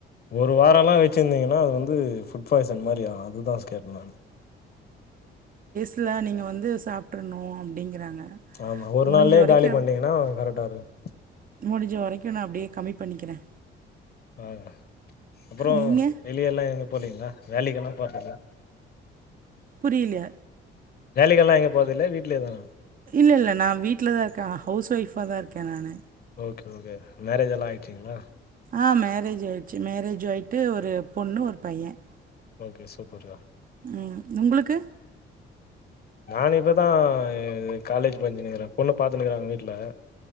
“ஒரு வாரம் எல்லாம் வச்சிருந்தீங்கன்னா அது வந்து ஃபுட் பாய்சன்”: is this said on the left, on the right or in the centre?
Left